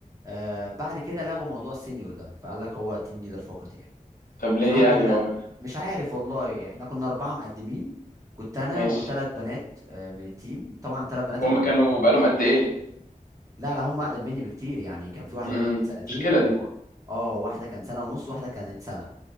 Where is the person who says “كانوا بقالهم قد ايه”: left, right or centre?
Left